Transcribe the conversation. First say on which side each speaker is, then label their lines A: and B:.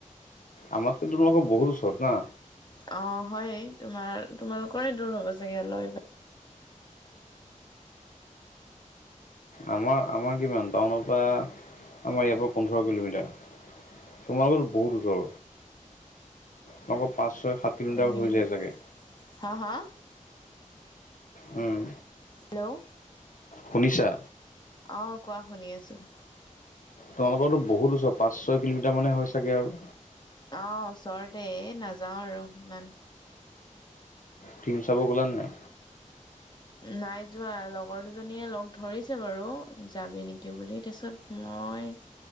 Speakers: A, on the left; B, on the left.
A: আমাতকে তোমালোকৰ বহুত ওচৰত না?
B: অঁ, হয়। তোমাৰ তোমালোকৰে দূৰ হ'ব চাগে অলপ ইয়াৰ পৰা।
A: আমাৰ আমাৰ কিমান টাউনৰ পৰা আমাৰ ইয়াৰ পৰা পোন্ধৰ কিলোমিটাৰ। তোমালোকৰতো বহুত ওচৰ। তোমালোকৰ পাঁচ, ছয়, সাত কিলোমিটাৰ
B: আহিলে
A: হৈ যায় চাগে।
B: হা, হা?
A: উম।
B: হেল্ল'!
A: শুনিছা?
B: অঁ কোৱা শুনি আছো।
A: তোমালোকৰতো বহুত ওচৰ। পাঁচ, ছয় কিলোমিটাৰ মানে হৈ চাগে আৰু?
B: অঁ, ওচৰতে এই নাযাওঁ আৰু ইমান।
A: ফিল্ম চাব গ'লা নে নাই?
B: নাই যোৱা। লগৰ দুজনীয়ে লগ ধৰিছে বাৰু যাবি নেকি বুলি তাৰপিছত মই